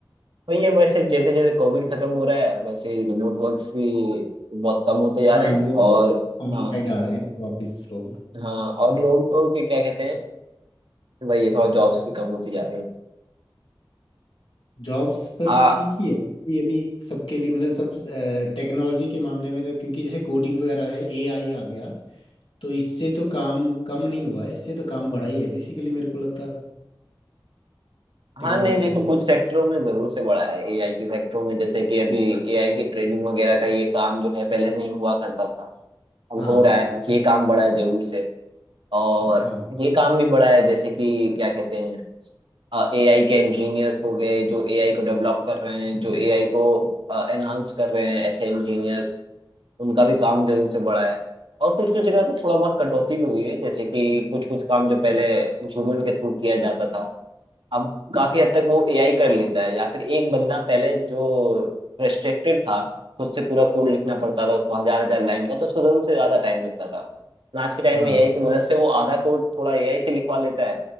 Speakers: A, on the right; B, on the left.
A: तो ये वैसे जैसे जैसे कोविड खत्म हो रहा है वैसे रिमोट वर्क्स भी बहुत कम होते जा
B: हाँ
A: रहे
B: लोग
A: हैं और
B: ऑन
A: हाँ
B: साइट आ रहे हैं वापस लोग
A: हाँ और लोग तो कि क्या कहते हैं भाई ये थोड़ा जॉब्स भी कम होती जा रही है
B: जॉब्स पर
A: आ,
B: ठीक ही है अभी अभी सबके लिए मतलब सब टेक्नोलॉजी के मामले में तो क्योंकि जैसे कोडिंग वगैरह है एआई आ गया तो इससे तो काम कम नहीं हुआ है इससे तो काम बढ़ा ही है बेसिकली मेरे को लगता
A: हाँ
B: टेक्नोलॉजी
A: नहीं देखो
B: जो
A: कुछ सेक्टरों में जरूर से बढ़ा है एआई के सेक्टरों में जैसे कि अभी एआई की ट्रेनिंग वगैरह का ये काम जो है पहले नहीं हुआ करता था अब
B: हाँ
A: हो रहा है ये काम बढ़ा है जरूर से और
B: हाँ
A: ये काम भी बढ़ा है जैसे कि क्या कहते हैं एआई के इंजीनियर्स हो गए जो एआई को डेवलप कर रहे हैं जो एआई को एनहांस कर रहे हैं ऐसे इंजीनियर्स उनका भी काम जरूर से बढ़ा है और कुछ कुछ जगह पे थोड़ा बहुत कटौती भी हुई है जैसे कि कुछ कुछ काम जो पहले ह्यूमन के थ्रू किया जाता था अब काफी हद तक वो एआई कर लेता है या फिर एक बंदा पहले जो रेस्ट्रिक्टेड था खुद से पूरा कोड लिखना पड़ता था उसको हजार हजार लाइन का तो उसको जरूर से ज्यादा टाइम लगता था लेकिन आज के टाइम
B: हाँ
A: में एआई की मदद से वो आधा कोड थोड़ा एआई से लिखवा लेता है